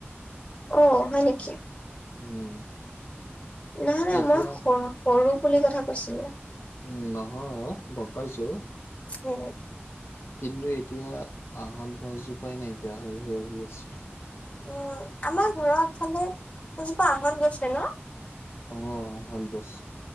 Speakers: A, on the left (about 30°); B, on the left (about 70°).
A: অ' হয় নেকি?
B: উম।
A: নহয় নহয়
B: এতিয়া
A: মই সৰু সৰু পুলিৰ কথা কৈছিলোঁ।
B: উ, নহয় অ' গম পাইছোঁ।
A: উম।
B: কিন্তু এতিয়া আহত গছজোপাই নাইকিয়া হৈ আহি আছে।
A: উ, আমাৰ ঘৰতফালে এজোপা আহত গৈছে ন'?
B: অ' আহত গছ।